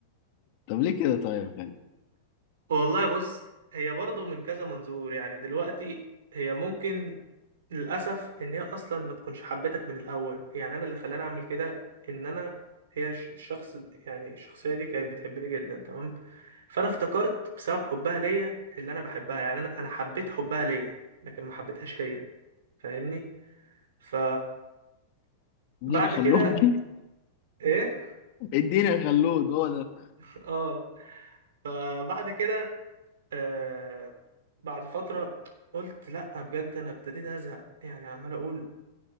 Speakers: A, on the left; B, on the right.
A: طب ليه كده طيب يا خالد
B: <laughs> والله بص هي برضه من كذا منظور يعني دلوقتي هي ممكن للأسف إن هي أصلا ما تكونش حبتك من الأول يعني أنا اللي خلاني أعمل كده إن أنا هي ش- الشخص يعني الشخصية دي كانت بتحبني جدا تمام فأنا افتكرت بسبب حبها ليا اللي أنا بحبها يعني أنا أنا حبيت حبها ليا لكن ما حبيتهاش هي فاهمني ف
A: ادينا
B: بعد
A: خلود
B: كده إيه
A: <laughs> ادينا خلود هو ده
B: <laughs> آه فبعد كده آه بعد فترة قلت لأ بجد أنا ابتديت أزهق يعني عمال أقول